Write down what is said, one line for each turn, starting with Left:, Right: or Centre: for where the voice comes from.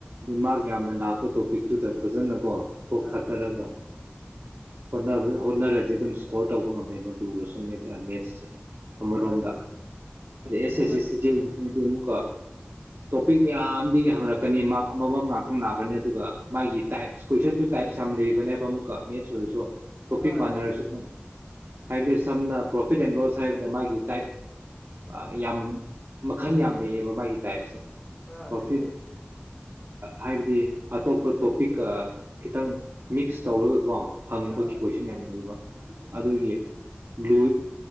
Right: ꯃꯥ ꯌꯥꯝꯅ ꯂꯥꯛꯄ ꯇꯣꯄꯤꯛꯇꯨꯗ ꯐꯖꯅ ꯀꯣ ꯀꯣꯛ
Left: ꯑꯥ
Right: ꯊꯥꯗꯔꯒ ꯍꯣꯠꯅꯕ ꯍꯣꯠꯅꯔꯗꯤ ꯑꯗꯨꯝ ꯏꯁꯀꯣꯔ ꯇꯧꯕ ꯉꯝꯃꯦꯕ ꯂꯨꯔꯁꯨ ꯃꯦꯦ ꯑꯃꯔꯣꯝꯗꯁ
Left: ꯃꯥꯅꯦ ꯃꯥꯅꯦ ꯀꯩꯅꯣꯒ
Right: ꯑꯦꯁ ꯑꯦ ꯑꯃꯨꯛꯀ ꯇꯣꯄꯤꯛ ꯃꯌꯥꯝꯗꯒꯤ ꯍꯪꯉꯔꯛꯀꯅꯤ ꯃꯥ ꯑꯃꯃꯝ ꯉꯥꯛꯇꯪ ꯂꯥꯛꯀꯅꯤ ꯑꯗꯨꯒ ꯃꯥꯒꯤ ꯇꯥꯏꯁ ꯀ꯭ꯋꯟ ꯇꯥꯏꯞ ꯁꯝꯂ ꯏꯕꯅꯦꯕ ꯑꯃꯥ ꯃꯦꯠꯁ ꯑꯣꯏꯔꯁꯨ ꯇꯣꯄꯤꯛ
Left: ꯑꯥ
Right: ꯃꯥꯟꯅꯔꯁꯨ
Left: ꯂꯩ ꯂꯩ
Right: ꯐꯥꯏꯕꯗꯤ ꯁꯝꯅ ꯄ꯭ꯔꯣꯐꯤꯠ ꯑꯦꯟ ꯂꯣꯁ ꯍꯥꯏꯕꯗ ꯃꯥꯒꯤ ꯇꯥꯏꯞ ꯌꯥꯝ ꯃꯈꯜ ꯌꯥꯝ ꯂꯩꯌꯦꯕ ꯃꯥꯒꯤ ꯇꯥꯏꯞꯁꯦ
Left: ꯑꯥ
Right: ꯄ꯭ꯔꯣꯐꯤꯠ
Left: ꯂꯩ ꯂꯩ
Right: ꯍꯥꯏꯕꯗꯤ ꯑꯇꯣꯞꯄ ꯇꯣꯄꯤꯛꯀ ꯈꯤꯇꯪ ꯃꯤꯛꯁ ꯇꯧꯔꯒꯀꯣ ꯍꯪꯕꯒꯤ
Left: ꯑꯥ
Right: ꯀꯣꯏꯁꯟ ꯌꯥꯝ ꯂꯩꯕ ꯑꯗꯨꯒꯤ ꯕ꯭ꯂꯨ